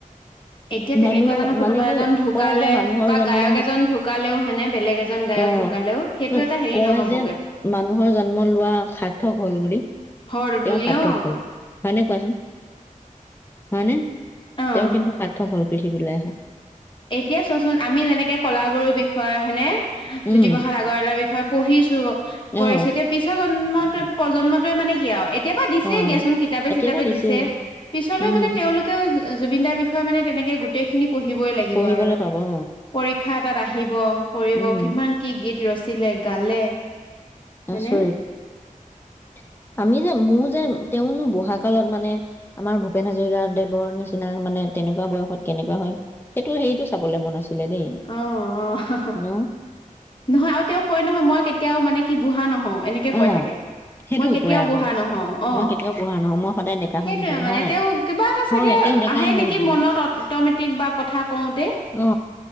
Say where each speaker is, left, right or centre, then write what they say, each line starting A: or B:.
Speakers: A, on the left; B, on the left.
A: এতিয়া তেনেকুৱা
B: মানুহ
A: জানো কোনোবা
B: মানে কি
A: এজন ঢুকালে
B: কয় যে মানুহৰ
A: বা
B: জন্ম
A: গায়ক এজন ঢু কালেও হয় নে বেলেগ এজন গায়ক
B: অ
A: ঢুকালেও সেইটো
B: <unintelligible>
A: এটা হেৰি
B: কয়
A: নহ'বগে
B: যে মানুহৰ জন্ম লোৱা সাৰ্থক হ'ল বুলি
A: হ'ল
B: তেওঁ
A: বুলি
B: সাৰ্থক
A: অ
B: হ'ল হয় নে কোৱাচোন? হয় নে
A: অ
B: তেওঁৰ কিন্তু সাৰ্থক হ'ল পৃথিবীলৈ আহা।
A: এতিয়া চোৱাচোন আমি যেনেকে কলা গুৰুৰ বিষয়ে হয় নে জ্যোতিপ্ৰসাদ
B: উম
A: আ গৰৱালাৰ বিষয়ে পঢ়িছো কৰিছো
B: অ
A: এতিয়া পিছৰ জন্মত প্ৰজন্মটোৱে মানে কি আৰু এত তিয়াৰ পৰা দিছে
B: অ
A: দিয়াচোন কিতাপে
B: এতিয়াবা
A: - চিতাপে
B: দিছেই
A: দিছে, পিছলৈ
B: উম
A: মানে তেওঁলোকে তো জু জুবিনদাৰ বিষয়ে মানে তেনেকে গোটেইখিনি পঢ়িবই লাগিব
B: পঢ়িবলৈ
A: আৰু।
B: পাব অ
A: পৰীক্ষা এটাত আহিব কৰিব
B: উম
A: কিমান কি গীত ৰচিলে গালে হয়নে
B: আচৰিত, আমি যে মোৰ যে তেওঁনো বুঢ়া কালত মানে আমাৰ ভূপেন হাজৰিকাদেৱৰ নিচিনা মানে তেনেকুৱা বয়সত কেনেকুৱা হয়? সেইটো হেৰিটো চাবলৈ মন আছিলে দেই।
A: অ অ হ হ।
B: ন
A: নহয় আৰু তেওঁ কয় নহয় মই কেতিয়াও মানে কি বুঢ়া নহওঁ এনেকে কৈ
B: অ
A: থাকে।
B: সেইটো
A: মই কেতিয়াও
B: কয় আকৌ
A: বুঢ়া নহওঁ অ,
B: মই কেতিয়াও বুঢ়া নহওঁ মই সদায় ডেকা
A: সেইটোৱে
B: হৈ থাকিম
A: মানে
B: হয়
A: তেওঁ কিবা এটা
B: হয়
A: চাগে
B: তেওঁ ডেকাই
A: আহে
B: হৈ
A: নেকি
B: থাকিলে
A: মনত অট মেটিক বা কথা কওঁতে
B: অ।